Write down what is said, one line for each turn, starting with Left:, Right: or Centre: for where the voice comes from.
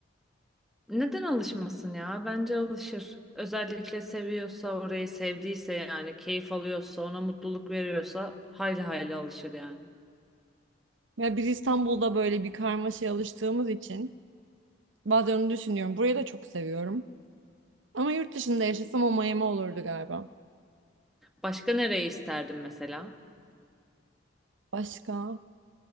Centre: Neden alışmasın ya? Bence alışır. Özellikle seviyorsa orayı sevdiyse yani keyif alıyorsa ona mutluluk veriyorsa hayli hayli alışır yani.
Right: Ya biz İstanbul'da böyle bir karmaşaya alıştığımız için bazen onu düşünüyorum. Burayı da çok seviyorum. Ama yurt dışında yaşasam o Miami olurdu galiba.
Centre: Başka nereye isterdim mesela?
Right: Başka?